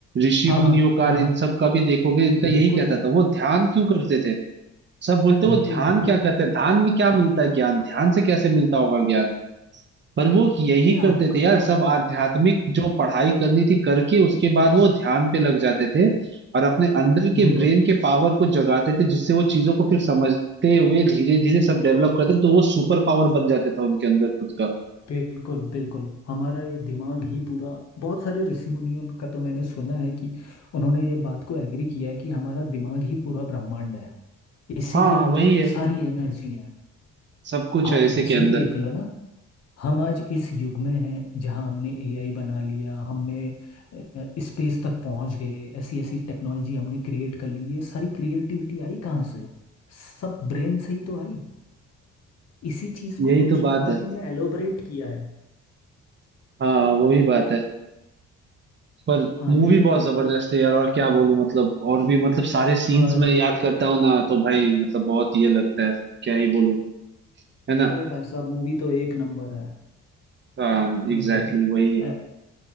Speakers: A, on the right; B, on the left.
A: ऋषि
B: हाँ हाँ
A: मुनियों का
B: हाँ
A: और इन
B: हाँ
A: सब का भी देखोगे इनका
B: बिल्कुल
A: यही कहता था वो ध्यान क्यों करते थे सब बोलते हैं
B: बिल्कुल
A: वो ध्यान
B: वो
A: क्या करते हैं ध्यान में क्या मिलता है ज्ञान ध्यान से कैसे मिलता होगा ज्ञान पर वो यही
B: ये
A: करते
B: आप
A: थे यार सब आध्यात्मिक जो पढ़ाई करनी थी करके उसके बाद वो ध्यान पे लग जाते थे और अपने अंदर के
B: बिल्कुल
A: ब्रेन के पावर को जगाते थे जिससे वो चीजों को फिर समझते हुए धीरे धीरे सब डेवलप करते तो वो सुपर पावर बन जाते था उनके अंदर खुद का
B: बिल्कुल बिल्कुल हमारा ये दिमाग ही पूरा बहुत सारे ऋषि मुनियों का तो मैंने सुना है कि उन्होंने ये बात को एग्री किया है कि हमारा दिमाग ही पूरा ब्रह्मांड है इसी
A: हाँ
B: के अंदर
A: वही है
B: सारी एनर्जी है
A: सब कुछ
B: आप
A: है इसी
B: वैसे
A: के अंदर
B: ही देख लो ना हम आज इस युग में हैं जहां हमने एआई बना लिया हमने स्पेस तक पहुंच गए ऐसी ऐसी टेक्नोलॉजी हमने क्रिएट कर ली ये सारी क्रिएटिविटी आई कहाँ से सब ब्रेन से ही तो आई इसी चीज
A: यही
B: को उस
A: तो बात
B: मूवी
A: है
B: में एलोबरेट किया है
A: हाँ वही बात है पर
B: हाँ
A: मूवी
B: लेकिन
A: बहुत जबरदस्त
B: थो
A: है यार और क्या बोलूं मतलब और भी मतलब सारे सीन्स
B: अरे
A: में याद करता हूँ ना तो भाई मतलब बहुत ये लगता है क्या ही बोलूं है ना
B: अरे भाई साहब मूवी तो एक नंबर है
A: हाँ एग्जैक्टली
B: बिल्कुल
A: exactly, वही है
B: ऐ-